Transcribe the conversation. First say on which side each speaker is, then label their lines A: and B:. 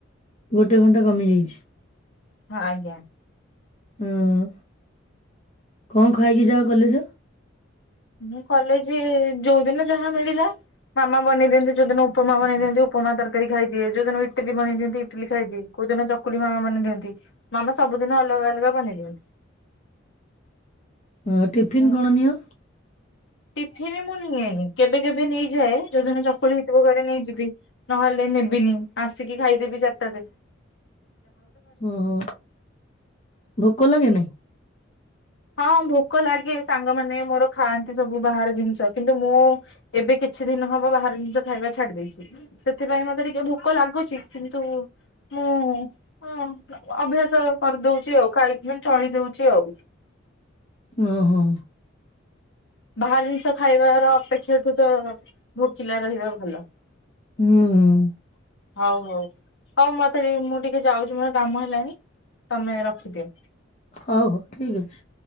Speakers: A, on the left (about 35°); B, on the left (about 65°).
A: ଗୋଟେ ଘଣ୍ଟା କମିଯାଇଛି।
B: ହଁ, ଆଜ୍ଞା।
A: ଉଁ, କଣ ଖାଇକି ଯାଅ କଲେଜ?
B: ମୁଁ, କଲେଜେ ଯୋଉଦିନ ଯାହା ମିଳିଲା। ମାମ ବନେଇ ଦିଅନ୍ତି, ଯୋଦିନ ଉପମା ବନେଇ ଦଅନ୍ତି, ଉପମା ତରକାରୀ ଖାଇଦିଏ। ଯଉଦିନ ଇଟିଲି ବନେଇ ଦିଅନ୍ତି, ଇଟିଲି ଖାଇଦିଏ। କୋଉଦିନ ଚକୁଳି ମାମା ମାନେ ଦିଅନ୍ତି। ମାମା ସବୁଦିନ ଅଲଗା ଅଲଗା ବନେଇ ଦିଅନ୍ତି।
A: ହଁ, ଟିଫିନ୍
B: ହୁଁ।
A: କଣ ନିଅ?
B: ଟିଫିନ ମୁଁ ନିଏନି। କେବେ କେବେ ନେଇଯାଏ? ଯୋଉଦିନ ଚକୁଳି ହେଇଥିବ ଘରେ ନେଇଯିବି। ନହେଲେ ନେବିନି। ଆସିକି ଖାଇଦେବି ଚାର୍ ଟାରେ।
A: ଅ ହୋ, ଭୋକ ଲାଗେ ନାଇଁ?
B: ହଁ, ଭୋକ ଲାଗେ। ସାଙ୍ଗମାନେ ମୋର ଖାଆନ୍ତି ସବୁ ବାହାର ଜିନିଷ। କିନ୍ତୁ ମୁଁ ଏବେ କିଛି ଦିନ ହବ ବାହହାର ଜିନିଷ ଖାଇବା ଛାଡି ଦେଇଛି। ସେଥିପାଇଁ ମତେ ଟିକେ ଭୋକ ଲାଗୁଛି, କିନ୍ତୁ ମୁଁ ହ ଅଭ୍ୟାସ କରିଦଉଛି ଆଉ ଖାଇ ଚଳି ଦଉଛି ଆଉ
A: ଓହୋ
B: ବାହାର ଜିନିଷ ଖାଇବାର ଅପେକ୍ଷାଠୁ ତ ଭୋକିଲା ରହିବା ଭଲ।
A: ହୁଁ
B: ହଉ ହଉ ହଉ ମତେ ଟ ମୁଁ ଟିକେ ଯାଉଛି ମୋର କାମ ହେଲାଣି। ତମେ ରଖିଦିଅ।
A: ହଉ ହଉ ଠିକ ଅଛି।